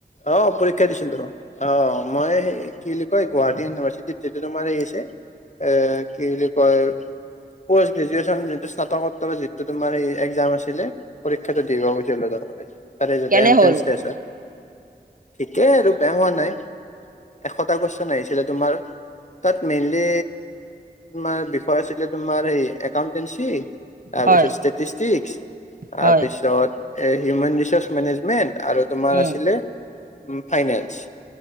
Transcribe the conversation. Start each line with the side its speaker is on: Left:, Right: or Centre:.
Left: অ' পৰীক্ষা দিছিলো ম। অ' মই কি বুলি কয় গুৱাহাটী ইউনিভাৰ্চিটিত যিটো তোমাৰ হেই আছে- এ, কি বুলি কয়? পষ্ট গ্ৰেজুৱেন যিটো স্নাতকোত্তৰ যিটো তোমাৰ এই একজাম আছিলে পৰীক্ষাটো দিবা লগছিল তৰে, তাৰে যিটো
Right: কেনে
Left: এন্ট্ৰেন্স
Right: হ'ল
Left: ষ্টেচ হয় ঠিকেই আৰু বেয়া হোৱা নাই, এশটা কুৱেছন আহিছিলে তোমাৰ তাত মেইনলি, তোমাৰ বিষয় আছিলে তোমাৰ হে একাউন্টেঞ্চি তাৰপিছত
Right: হয়
Left: ষ্টেটিষ্টিকচ, তাৰ
Right: হয়
Left: পিছত এ হিউমেন ৰিচাৰ্চ মেনেজমেন্ট আৰু তোমাৰ
Right: উম
Left: আছিলে ফাইনেন্স।